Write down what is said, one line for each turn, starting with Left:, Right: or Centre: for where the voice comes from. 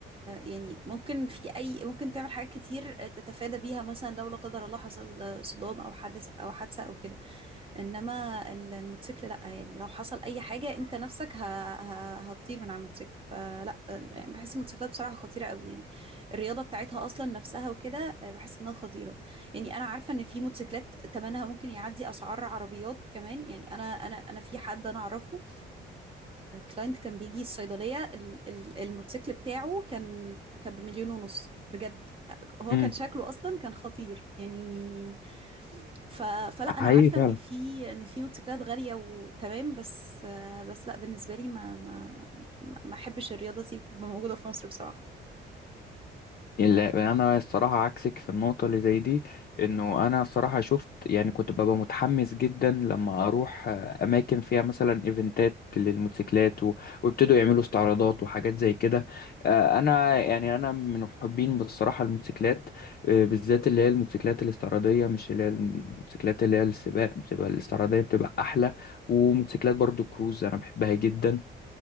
Right: يعني ممكن في اي ممكن تعمل حاجات كتير تتفادى بيها مثلا لو لا قدر الله حصل صدام او حدث او حادثه او كده انما ال- الموتوسيكل لا يعني لو حصل اي حاجه انت نفسك ه... ه... هتطير من على الموتوسيكل فلا يعني بحس الموتوسيكلات بصراحه خطيره قوي يعني الرياضه بتاعتها اصلا نفسها وكده آه، بحس انها خطيره يعني انا عارفه ان في موتوسيكلات ثمنها ممكن يعدي اسعار عربيات كمان يعني انا انا انا في حد انا اعرفه كلاينت كان بيجي الصيدلية ال- ال- الموتوسيكل بتاعه كان كان بمليون ونص بجد هو
Left: امم
Right: كان شكله اصلا كان خطير يعني ف... فلا انا
Left: حقيقي
Right: عارفه
Left: فعلا
Right: ان في ان في موتوسيكلات غاليه وتمام بس بس لا بالنسبه لي ما ما ما ما احبش الرياضه دي تبقى موجوده في مصر بصراحه
Left: لا انا الصراحه عكسك في النقطه اللي زي دي انه انا الصراحه شفت يعني كنت ببقى متحمس جدا لما اروح آه، اماكن فيها مثلا ايفنتات للموتوسيكلات و- ويبتدوا يعملوا استعراضات وحاجات زي كده آه، انا يعني انا من محبين بصراحه الموتوسيكلات آه، بالذات اللي هي الموتوسيكلات الاستعراضيه مش اللي هي الموتوسيكلات اللي هي السباق بتبقى الاستعراضيه بتبقى احلى وموتوسيكلات برضو كروز انا بحبها جدا